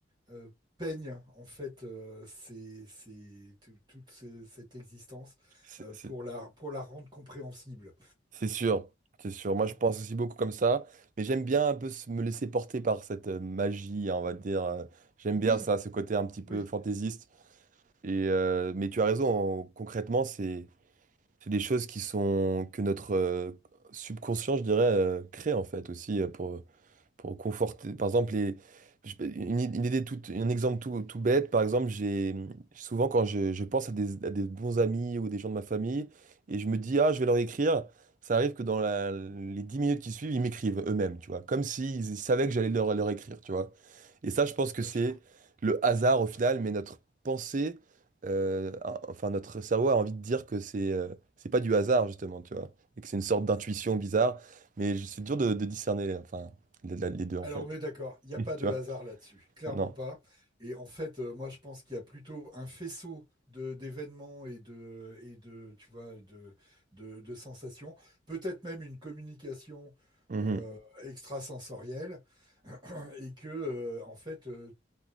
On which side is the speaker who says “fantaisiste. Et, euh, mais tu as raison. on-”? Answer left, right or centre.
Right